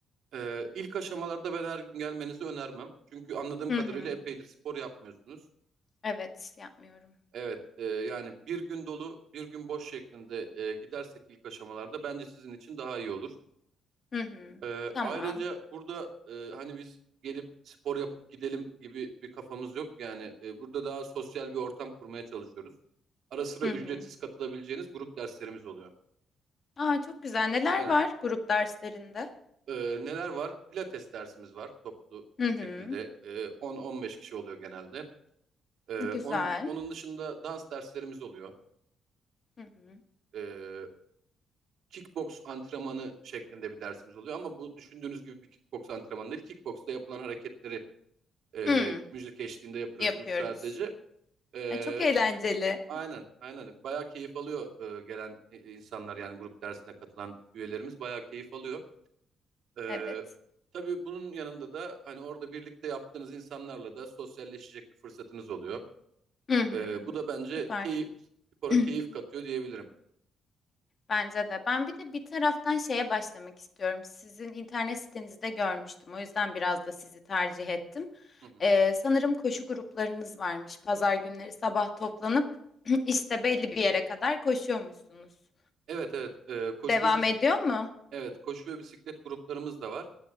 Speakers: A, on the right; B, on the left.
A: Ee, ilk aşamalarda ben her gün gelmenizi önermem. Çünkü anladığım kadarıyla
B: Hı hı.
A: epeydir spor yapmıyorsunuz.
B: Evet, yapmıyorum.
A: Evet, e, yani bir gün dolu, bir gün boş şeklinde e, gidersek ilk aşamalarda bence sizin için daha iyi olur.
B: Hı hı.
A: Ee,
B: Tamam.
A: ayrıca burada e, hani biz gelip spor yapıp gidelim gibi bir kafamız yok. Yani e, burada daha sosyal bir ortam kurmaya çalışıyoruz. Ara sıra
B: Hı
A: ücretsiz
B: hı.
A: katılabileceğiniz grup derslerimiz oluyor.
B: Aa çok güzel. Neler
A: Aynen.
B: var grup derslerinde?
A: Ee, neler var? Pilates dersimiz var toplu
B: Hı hı.
A: şekilde. Ee, 10-15 kişi oluyor genelde. Ee,
B: Güzel.
A: onun onun dışında dans derslerimiz oluyor.
B: Hı hı.
A: Ee, kickbox antrenmanı şeklinde bir dersimiz oluyor ama bu düşündüğünüz gibi bir kickbox antrenmanı değil. Kickboxta yapılan hareketleri e,
B: Hmm,
A: müzik eşliğinde yapıyorsunuz
B: yapıyoruz.
A: sadece. Ee,
B: Ay, çok eğlenceli.
A: aynen, aynen. Bayağı keyif alıyor e, gelen i- insanlar yani grup dersine katılan üyelerimiz bayağı keyif alıyor. Ee,
B: Evet.
A: tabii bunun yanında da hani orada birlikte yaptığınız insanlarla da sosyalleşecek bir fırsatınız oluyor.
B: Hı hı.
A: Ee, bu da bence
B: Süper.
A: keyif, spora
B: <clears throat>
A: keyif katıyor diyebilirim.
B: Bence de. Ben bir de bir taraftan şeye başlamak istiyorum. Sizin internet sitenizde görmüştüm. O yüzden biraz da sizi tercih ettim.
A: Hı hı.
B: Ee, sanırım koşu gruplarınız varmış. Pazar günleri sabah toplanıp <clears throat> işte belli bir yere kadar koşuyormuşsunuz.
A: Evet evet Ee, koşu
B: Devam
A: ve bis
B: ediyor mu?
A: evet koşu ve bisiklet gruplarımız da var.